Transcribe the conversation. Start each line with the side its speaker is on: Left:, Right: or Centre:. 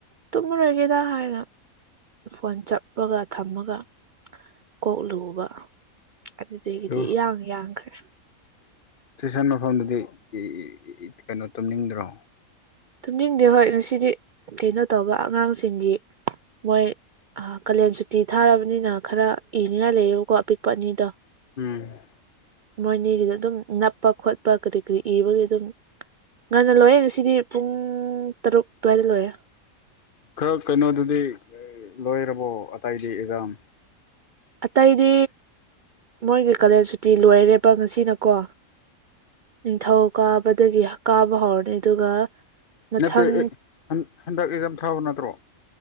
Right: ꯇꯨꯝꯃꯔꯣꯏꯒꯦꯗ
Left: ꯎꯝ
Right: ꯍꯥꯏꯅ ꯐꯣꯟ ꯆꯞꯄꯒ ꯊꯝꯃꯒ ꯀꯣꯛ ꯂꯨꯕ ꯑꯗꯨꯗꯒꯤꯗꯤ
Left: ꯑꯗꯨ
Right: ꯏꯌꯥꯡ ꯌꯥꯡꯈ꯭ꯔꯦ
Left: ꯇꯨꯏꯁꯟ ꯃꯐꯝꯗꯗꯤ ꯏ ꯏ ꯏ ꯀꯩꯅꯣ ꯇꯨꯝꯅꯤꯡꯗ꯭ꯔꯣ
Right: ꯇꯨꯝꯅꯤꯡꯟꯗꯦ ꯍꯣꯏ ꯉꯁꯤꯗꯤ ꯀꯩꯅꯣ ꯇꯧꯕ ꯑꯉꯥꯡꯁꯤꯡꯒꯤ ꯃꯣꯏ ꯀꯥꯂꯦꯟ ꯁꯨꯇꯤ ꯊꯥꯔꯕꯅꯤꯅ ꯈꯔ ꯏꯅꯤꯡꯉꯥꯏ ꯂꯩꯌꯦꯕꯀꯣ ꯑꯄꯤꯛꯄ ꯑꯅꯤꯗꯣ
Left: ꯎꯝ
Right: ꯃꯣꯏꯅꯤꯗꯤ ꯑꯗꯨꯝ ꯅꯞꯄ ꯈꯣꯠꯄ ꯀꯔꯤ ꯀꯔꯤ ꯏꯕꯒꯤ ꯑꯗꯨꯝ ꯉꯟꯅ ꯂꯣꯏꯌꯦ ꯉꯁꯤꯗꯤ ꯄꯨꯡ ꯇꯔꯨꯛ ꯑꯗꯨꯋꯥꯏꯗ ꯂꯣꯏꯌꯦ
Left: ꯈꯔ ꯀꯩꯅꯣꯗꯨꯗꯤ ꯂꯣꯏꯔꯕꯣ ꯑꯇꯩꯗꯤ ꯑꯦꯛꯖꯥꯝ
Right: ꯑꯇꯩꯗꯤ ꯃꯣꯏꯒꯤ ꯀꯥꯂꯦꯟ ꯁꯨꯇꯤ ꯂꯣꯏꯔꯦꯕ ꯉꯁꯤꯅꯀꯣ ꯅꯤꯡꯊꯧ ꯀꯥꯕꯗꯒꯤ ꯀꯥꯕ ꯍꯧꯔꯅꯤ ꯑꯗꯨꯒ ꯃꯊꯪ
Left: ꯅꯠꯇꯦ ꯑꯦ ꯍꯟ ꯍꯟꯗꯛ ꯑꯦꯛꯖꯝ ꯊꯥꯕ ꯅꯠꯇ꯭ꯔꯣ